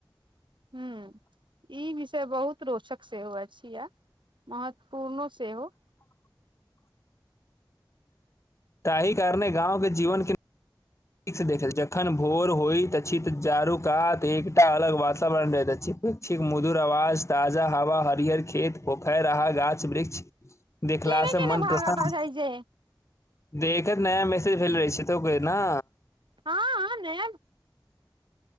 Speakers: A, on the right; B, on the left.
A: ह ई विषय बहुत रोचक सेहो अछि यै महत्व पूर्नो सेहो
B: ताहि कारणे गाँंव के जीवन के ठीक स देखल जखन भोर होइत अछि त चारूकात एकटा अलग वातावरण रहैत अछि पक्षीक मधुर आवाज ताजा हवा हरिहर खेत पोखरि रहा गाछ वृक्ष देख देखलास
A: केने केने
B: मन
A: भागत
B: प्रसन्न
A: छै जे
B: देखैत नया मैसेज भेल रहे छै त कहै न
A: हँ आने